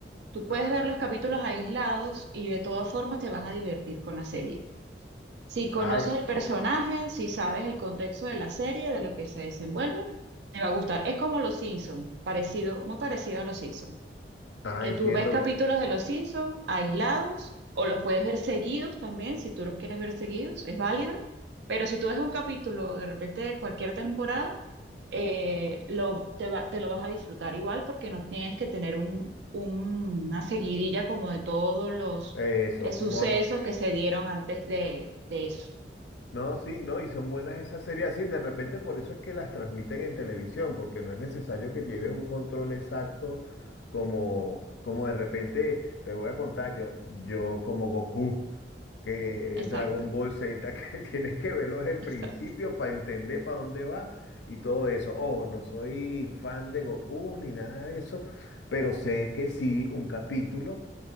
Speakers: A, on the right (about 75°); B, on the left (about 80°).
A: Tú puedes
B: Ajá.
A: ver los capítulos aislados y de todas formas te vas a divertir con la serie. Si conoces
B: Ay,
A: el personaje, si sabes el contexto de la serie, de lo que se desenvuelve, te va a gustar. Es como Los Simpson, parecido, muy parecido a Los Simpson.
B: ah,
A: Que
B: entiendo
A: tú ves capítulos de Los Simpsons aislados o los puedes ver seguidos también, si tú los quieres ver seguidos, es válido. Pero si tú ves un capítulo de repente de cualquier temporada, eh, lo, te va- te lo vas a disfrutar igual porque no tienes que tener un, un- una seguidilla como de todos los
B: eso,
A: eh, sucesos
B: un orden.
A: que se dieron antes de, de eso.
B: No, sí, no, y son buenas esas series así. De repente por eso es que las transmiten en televisión, porque no es necesario que lleves un control exacto como, como de repente, te voy a contar yo, yo como Goku, que el
A: Exacto,
B: Dragon Ball Z, <laughs> que tienes que verlo desde el
A: exacto.
B: principio para entender para dónde va y todo eso. Ojo, no soy fan de Goku ni nada de eso, pero sé que sí, un capítulo